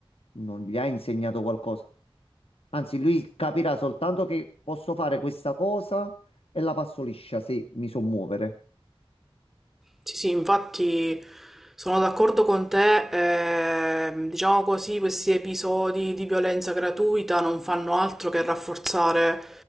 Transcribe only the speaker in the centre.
sì, sì, infatti sono d'accordo con te, ehm, diciamo così, questi episodi di violenza gratuita non fanno altro che rafforzare